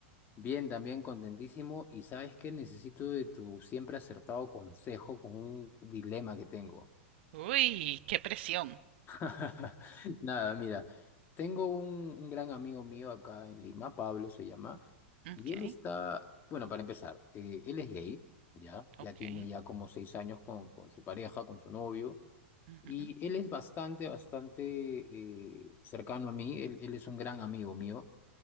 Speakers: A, on the left; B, on the right.
A: Bien, también contentísimo y sabes que necesito de tu siempre acertado consejo con un dilema que tengo.
B: Uy, qué presión.
A: <laughs> Nada, mira, tengo un, un gran amigo mío acá en Lima, Pablo se llama,
B: Okay,
A: y él está, bueno, para empezar, eh, él es gay, ya, ya
B: okay.
A: tiene ya como seis años con, con su pareja, con su novio,
B: Ujú,
A: y él es bastante, bastante eh, cercano a mí, él, él es un gran amigo mío.